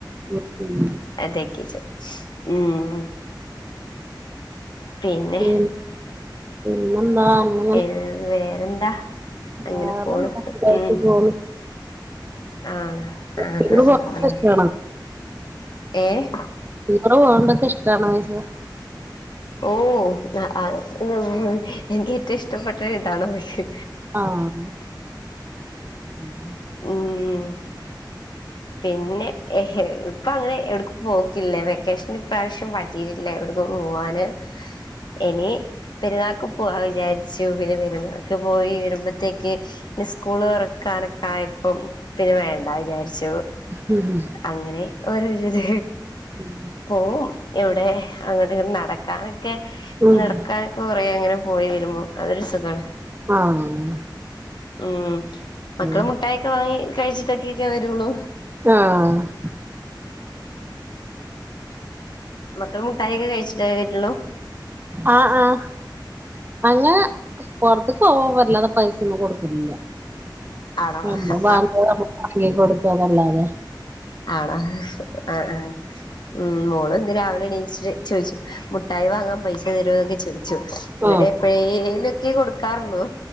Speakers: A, on the right; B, on the left.
A: ഉം ഉം
B: അതേ കിച്ച് ഉം പിന്നെ
A: പി പിന്നെന്താ അങ്ങനെ
B: ഏഹ് വേറെന്താ
A: വേറെന്താ
B: അങ്ങനെ പോണ്
A: സുഖായിട്ട്
B: ഉം
A: പോണ്
B: ആണ് ആഹ്
A: ടൂറ്
B: ആഹ്
A: പോണതൊക്കെ
B: അഹ് അഹ്
A: ഇഷ്ടാണോ
B: ഏഹ്
A: ടീച്ചറ് വേണ്ടൊക്കെഷ്ടാണോയ്ച്ച
B: ഓഹ് അ അത് എനിക്കേറ്റവും ഇഷ്ടപ്പെട്ടത് ഇതാണ് പക്ഷെ
A: ആഹ് ഉം
B: ഉം പിന്നെ ഇപ്പങ്ങനെ എവ്ട്ക്കും പോക്കില്ല വെക്കേഷന് ഇപ്പ്രാവശ്യം പറ്റീട്ടില്ല എവ്ട്ക്കും പോവാന് എനി പെര്ന്നാക്ക് പോവാ വിചാര്ച്ചു പിന്നെ പെര്ന്നാക്ക് പോയി വരുമ്പത്തേക്ക് പിന്നെ സ്കൂള് തൊറക്കാനൊക്കായപ്പം പിന്നെ വേണ്ട വിചാര്ച്ചു
A: ഉം
B: അങ്ങനെ ഓരോരത്
A: ഉം
B: പോവും എവ്ടെ അങ്ങണ്ട്ങ്ങനെ നടക്കാനൊക്കെ
A: ഉം
B: നട്ക്കാൻ കൊറേ അങ്ങനെ പോയി വരുമ്പൊ അതൊര് സുഖാണ്
A: ആഹ്
B: ഉം മക്കള്
A: ഉം
B: മുട്ടായൊക്കെ വാങ്ങി കഴിച്ചിട്ടൊക്കൊക്കെ വരൊള്ളൂ
A: ആഹ്
B: മക്കള് മുട്ടായൊക്കെ കയിച്ചിട്ടേ വരൊള്ളൂ
A: ആഹ് ആഹ് അങ്ങനെ പൊർത്ത്ക്കോവാൻ വല്ലാതെ പൈസൊന്നും കൊട്ക്കലില്ല
B: ആണോ
A: നമ്മ
B: ആഹ്
A: വാങ്ങിയേത് നമ്മ വാങ്ങി കൊട്ക്കാന്നല്ലാതെ
B: ആണ ആഹ് ആഹ് ഉം മോള് ഇന്ന് രാവിലെ എണീച്ചിട്ട് ചോയ്ച്ച് മുഠായി വാങ്ങാൻ പൈസ തരോന്നൊക്കെ ചോയ് ച്ചു ഇവര്
A: ആഹ് ആഹ്
B: എപ്പോഴേലൊക്കെ കൊട്ക്കാറുള്ളൂ